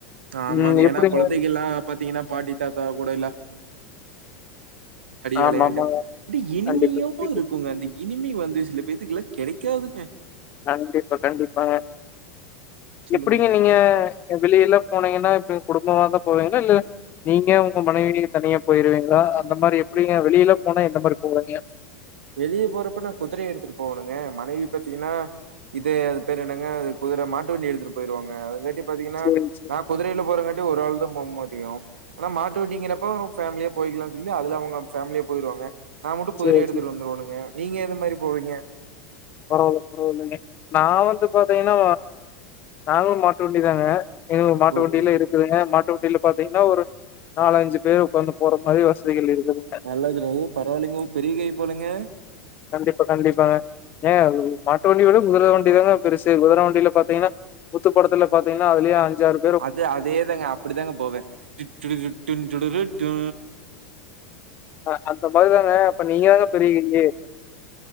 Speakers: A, on the right (about 65°); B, on the left (about 30°).
A: ஆமாங்க
B: ம் எப்டிங்க
A: ஏன்னா குழந்தைகள்லாம் பாத்தீங்கன்னா பாட்டி தாத்தா கூடலா அடி வெளையாண்டு
B: ஆமாமாங்க.
A: அப்டி இனிமையாவோ
B: கண்டிப்பா, கண்டிப்பா.
A: இருக்குங்க அந்த இனிமே வந்து சில பேத்துக்கெல்லா கெடைக்காதுங்க
B: கண்டிப்பா கண்டிப்பாங்க
A: சொல்லுங்க
B: எப்டிங்க நீங்க வெளிய எல்லா போனீங்கன்னா இப்ப குடும்பமாதா போவீங்ளா இல்ல நீங்க உங்க மனைவி தனியா போய்ருவீங்ளா அந்த மாரி எப்டிங்க வெளில போனா எந்த மாரி போவைங்க
A: வெளிய போறப்ப நா குதுரைய எடுத்துட்டு போவணுங்க மனைவி பாத்தீங்கன்னா இது அது பேர் என்னங்க அது குதுர மாட்டு வண்டி எடுத்துட்டு போயிருவங்க அததுட்டி பாத்தீங்கன்னா
B: சேரி, சேரி,
A: ந குதுரைல போறங்காட்டி ஒரு ஆள் தா போமுடியு ஆனா மாட்டு வட்டீங்கிறப்போ ஃபேமிலியா போயிக்கலானு சொல்லி அதுல அவுங்க பேமிலியா போயிருவாங்க நா மட்டு குதிரைய
B: சேரி,
A: எடுத்துட்டு
B: சேரி.
A: வந்துரோணுங்க நீங்க எந்த மாரி போவீங்க
B: பரவால்ல பரவாலங்க நா வந்து பாத்தீங்கன்னா நாங்களு மாட்டு வண்டிதாங்க இன்னொரு மாட்டு
A: ஓகே.
B: வண்டியிலா இருக் இருக்குதுங்க மாட்டு வண்டில பாத்தீங்ன்னா ஒரு நாலஞ்சு பேர் உக்காந்து போற மாரி வசதிகள் இருக்குதுங்க
A: நல்லதுதாங்க பரவாயில்லைங்க பெரிய கை போலங்க
B: கண்டிப்பா கண்டிப்பாங்க ஏங்க மாட்டு வண்டிோட குதுர வண்டி தாங்க பெருசு குதுர வண்டியில பாத்தீங்கன்னா முத்து படத்துல பாத்தீங்கன்னா அதுலயே அஞ்சாறு
A: அது அதே தாங்க அப்படிதாங்க போவ டிட்டுடுடுட்டூன் டுடுடுன்ட்டுட்டு
B: அ அந்த மாரி தாங்க அப்ப நீங்க தாங்க பெரிய கையி